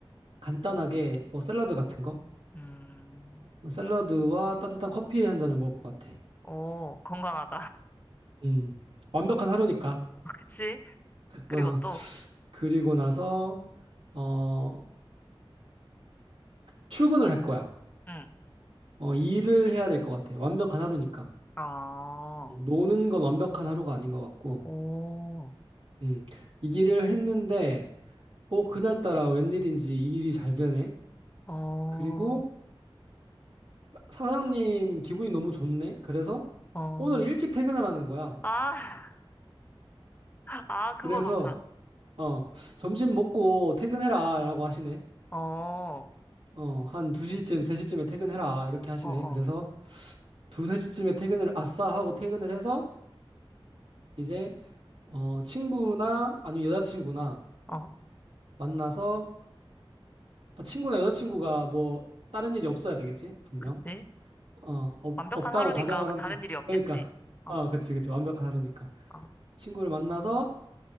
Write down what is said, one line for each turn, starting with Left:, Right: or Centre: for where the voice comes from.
Right: 간단하게 뭐 샐러드 같은 거?
Left: 음,
Right: 어, 샐러드와 따뜻한 커피 한 잔을 먹을 것 같아.
Left: 오, 건강하다.
Right: 음, 완벽한 하루니까.
Left: <laughs> 그치? 그리고
Right: 어,
Left: 또,
Right: 그리고 나서, 어, 출근을 할 거야.
Left: 응,
Right: 어, 일을 해야 될 것 같아. 완벽한 하루니까.
Left: 어,
Right: 노는 건 완벽한 하루가 아닌 것 같고,
Left: 오,
Right: 음, 이 일을 했는데, 어, 그날따라 웬일인지 이 일이 잘 되네?
Left: 어,
Right: 그리고 사장님 기분이 너무 좋네? 그래서
Left: 어.
Right: 오늘 일찍 퇴근하라는 거야.
Left: 아, <laughs> 아, 그거
Right: 그래서,
Left: 좋다.
Right: 어, 점심 먹고 퇴근해라, 라고 하시네.
Left: 어, 어,
Right: 어, 한 2시쯤, 3시쯤에 퇴근해라, 이렇게 하시네.
Left: 어.
Right: 그래서 2, 3시쯤에 퇴근을 아싸 하고 퇴근을 해서, 이제, 어, 친구나 아니면 여자친구나
Left: 어,
Right: 만나서 아, 친구나 여자친구가 뭐 다른 일이 없어야 되겠지? 분명.
Left: 그치?
Right: 어, 없,
Left: 완벽한
Right: 없다고
Left: 하루니까
Right: 가정을 한다.
Left: 다른 일이 없겠지.
Right: 그러니까.
Left: 어,
Right: 어, 그치, 그치. 완벽한 하루니까.
Left: 어,
Right: 친구를 만나서,